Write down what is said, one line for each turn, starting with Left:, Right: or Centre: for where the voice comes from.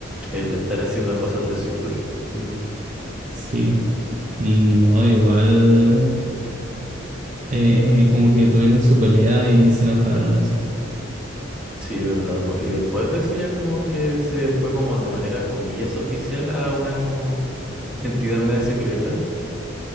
Centre: el estar haciendo cosas de súper. Sí,
Right: sí. Y no, igual eh, como que tuvieron su pelea y se enojaron así.
Centre: Sí, verdad, po. Y después de eso ya como que se fue como de manera comillas oficial a una como entidad media secreta,